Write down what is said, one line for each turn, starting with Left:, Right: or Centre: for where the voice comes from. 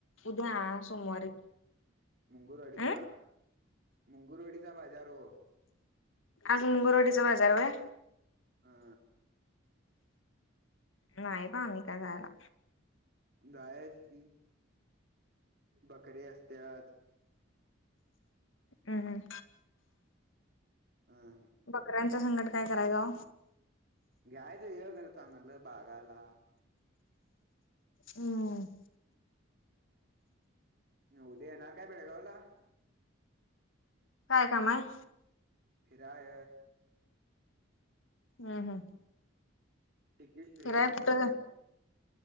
Left: उद्या आ सोमवारी.
Right: मुंगुरवाडीचा
Left: अ
Right: मुंगुरवाडीचा बाजार हो
Left: आज मुंगरवाडीचा बाजारवर
Right: हा
Left: नाही बा आम्ही काय जायना
Right: गयच कि बके असत्यात
Left: हम्म
Right: हम ह
Left: बकऱ्यांचा संकट काय कराय ग
Right: घ्यायच हे कर चांगतलं बागाला
Left: हम्
Right: <inaudible> उद्या येणार काय भेळगावला.
Left: काय कामाय.
Right: फिर आय.
Left: हम् हम
Right: तिकीट फ्री
Left: किराय
Right: आहे की
Left: कुठं
Right: तुमचं